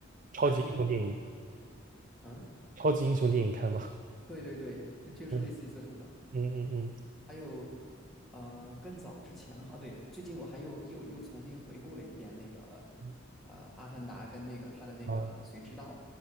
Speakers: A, on the right; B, in the centre.
A: 超级英雄电影？
B: 还有那种。啊，
A: 超级英雄电影看吗？
B: 对对对，它就是类似于这种的。
A: <laughs> 嗯嗯嗯
B: 还有呃，更早之前的话，啊对，最近我还又又又重新回顾了一遍那个，
A: 嗯，
B: 呃，《阿凡达》跟那个他的那个《谁知道》，
A: 哦